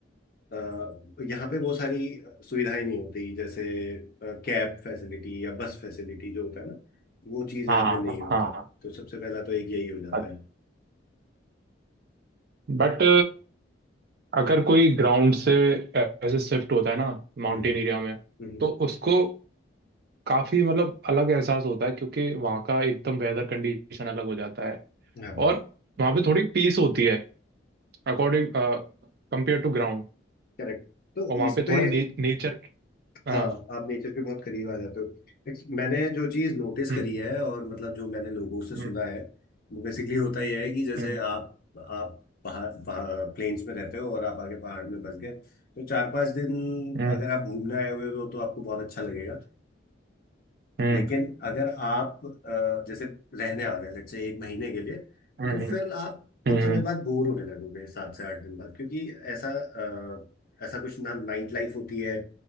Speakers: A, on the left; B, on the right.
A: अ, यहाँ पे वो सारी सुविधाएं नहीं होती जैसे कैब फैसिलिटी या बस फैसिलिटी जो होता है ना वो चीज़ यहाँ
B: हाँ
A: पे नहीं होता
B: हाँ
A: है तो सबसे पहला तो एक यही हो जाता
B: अच्छा।
A: है
B: बट अगर कोई ग्राउंड से ऐसे शिफ्ट होता है ना माउंटेन
A: हम्म
B: एरिया में
A: हम्म,
B: तो उसको काफी मतलब अलग एहसास होता है क्योंकि वहाँ का एकदम वेदर कंडीशन अलग हो जाता है
A: हाँ
B: और वहाँ पे थोड़ी पीस होती है अकॉर्डिंग कंपेयर टू ग्राउंड
A: करेक्ट तो
B: और वहाँ
A: इस
B: पे
A: पे
B: थोड़ा ने, नेचर हाँ
A: हाँ आप नेचर के बहुत करीब आ जाते हो Next, मैंने जो चीज़ नोटिस
B: हम्म
A: करी है और मतलब जो मैंने लोगों से सुना
B: हम्म
A: है वो बेसिकली होता यह है कि जैसे
B: हम्म
A: आप आप पहाड़ प्लेन्स में रहते हो और आप आगे पहाड़ में बस गए तो चार पांच दिन
B: हम्म
A: अगर आप घूमने आए हुए हो तो आपको बहुत अच्छा लगेगा
B: हम्म
A: लेकिन अगर आप अ, जैसे रहने आ गए लेट्स से एक महीने के लिए
B: हम्म
A: तो
B: हम्म
A: फिर आप कुछ
B: हम्म
A: समय
B: हम्म
A: बाद बोर होने लगोगे सात से आठ दिन बाद क्योंकि ऐसा अ, ऐसा कुछ ना नाइट लाइफ होती है